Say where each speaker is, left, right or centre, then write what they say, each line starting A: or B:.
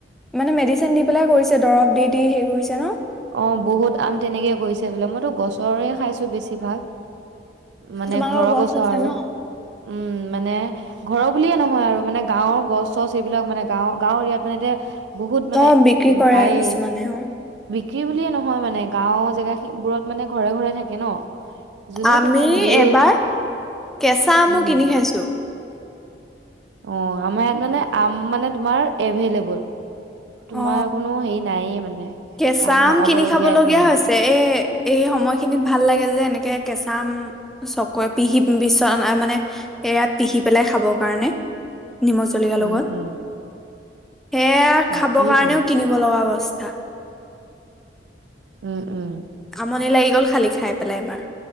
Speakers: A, in the centre; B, on the right (about 75°).
A: মানে মেডিচিন দি পেলাই কৰিছে দৰব দি দি হেই কৰিছে ন
B: অ বহুত আম তেনেকে কৰিছে বোলে মইতো গছৰে খাইছো বেছি ভাগ। মানে
A: তোমালোকৰ
B: ঘৰৰ গছ
A: আছে
B: আৰু
A: ন।
B: উম মানে ঘৰৰ বুলিয়ে নহয় আৰু মানে গাঁৱৰ গছ চছ এইবিলাক মানে গাঁও, গাঁৱৰ এৰিয়াত মানে এতিয়া বহুত মানে
A: অ বিক্ৰী
B: উ
A: কৰে
B: পাইয়েই
A: কিছুমানে অ।
B: কি বুলিয়ে নহয় মানে গাও জেগাখিনি বোৰত মানে ঘৰে ঘৰে থাকে ন যোনে
A: আমি
B: তোনে দিয়েই
A: এবাৰ কেঁচা আমু
B: উম
A: কিনি খাইছো
B: অ আমাৰ ইয়াত মানে আম মানে তোমাৰ এভেইলেবল তোমাৰ
A: অ
B: কোনো হেৰি নায়েই মানে
A: কেঁচা আম
B: নাপাবলগীয়া
A: কিনি খাবলগীয়া
B: একো নাই
A: হৈছে এ এই সময়খিনিত ভাল লাগে যে এনেকে কেঁচা। নাম চক পিহি বিচনা মানে এৰাত পিহি পেলাই খাবৰ কাৰণে। নিমখ জলকীয়া
B: উম
A: লগত।
B: উম
A: এয়া
B: তাকেইতো
A: খাব কাৰণেও কিনিব লগা বস্তু। থা
B: উম উম
A: আমনি লাগি। গল খালি খাই পেলাই এবাৰ।